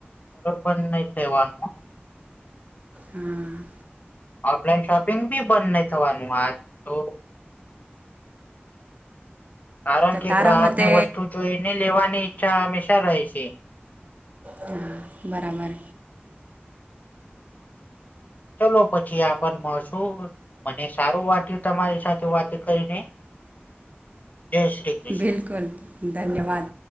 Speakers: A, on the left (about 40°); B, on the right (about 40°).
A: બરોબર નહી થવાનું
B: હમ
A: ઓફલાઈન શોપિંગ બી બંધ નહી થવાનું આ તો કારણ
B: તો
A: કે
B: તારા
A: ગ્રાહક
B: મતે
A: ને વસ્તુ જોઈ ને લેવાની ઈચ્છા હંમેશા રહે છે
B: હા બરાબર
A: ચલો પછી આપને મળશું મને સારું વાટ્યું તમારી સાથે વાત કરીને જય શ્રી કૃષ્ણ.
B: બિલકુલ ધન્યવાદ